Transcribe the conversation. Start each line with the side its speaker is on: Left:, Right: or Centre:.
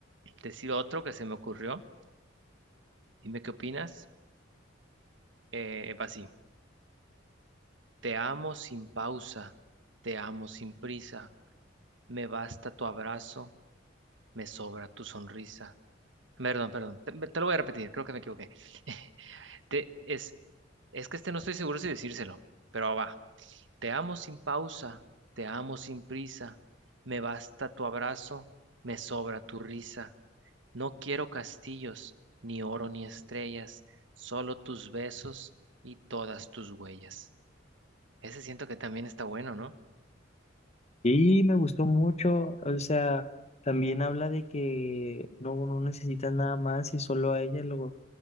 Right: decir otro que se me ocurrió. Dime qué opinas. Eh, va así. Te amo sin pausa, te amo sin prisa. Me basta tu abrazo, me sobra tu sonrisa. Perdón, perdón. Te, te lo voy a repetir, creo que me equivoqué. <laughs> Te- es, es que este no estoy seguro si decírselo, pero va. Te amo sin pausa, te amo sin prisa. Me basta tu abrazo, me sobra tu risa. No quiero castillos, ni oro ni estrellas, solo tus besos y todas tus huellas. Ese siento que también está bueno, ¿no?
Left: Y me gustó mucho, o sea, también habla de que no, no necesitas nada más y solo a ella lo,